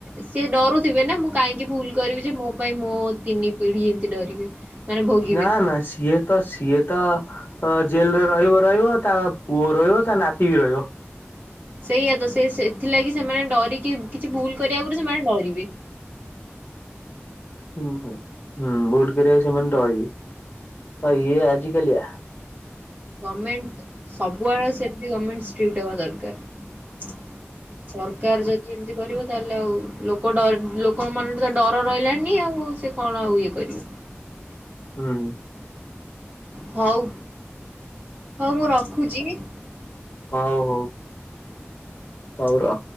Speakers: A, on the right; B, on the left.
A: ସିଏ ଡରୁଥିବେ ନା ମୁଁ କାହିଁକି ଭୁଲ କରିବି ଯେ ମୋ ପାଇଁ ମୋ ତିନି ପିଢ଼ି ଏମିତି ଡରିବେ। ମାନେ ଭୋଗିବେ।
B: ନା ନା ସେ ସିଏ ତ ସିଏ ତ ଜେଲରେ ରହିବ ରହିବ ତା ପୁଅ ରହିବ ତା ନାତି ବି ରହିବ।
A: ସେଇଆ ତ ସେ ସେଥିଲାଗି ସେମାନେ ଡରିକି କିଛି ଭୁଲ କରିବା ଆଗରୁ ସେମାନେ ଡରିବେ।
B: ହୁଁ ହୁଁ ହୁଁ ଭୁଲ କରିବାକୁ ସେମାନେ ଡରିବେ ଆଉ ଇଏ ଆଜିକାଲିଆ
A: ଗମେଣ୍ଟ ସବୁଆଡେ ସେମତି ଗମେଣ୍ଟ ଷ୍ଟ୍ରିଟ୍ ହବା ଦରକାର। ସରକାର ଯଦି ଯଦି କରିବ ତାହେଲେ ଆଉ ଲୋକ ଡ ଲୋକ ମନରେ ତ ଡର ରହିଲାଣିି ଆଉ ସେ କଣ ଆଉ ଇଏ କରିବେ?
B: ହୁଁ।
A: ହଉ ହଉ ମୁଁ ରଖୁଚି।
B: ହଉ ହଉ। ହଉ ର।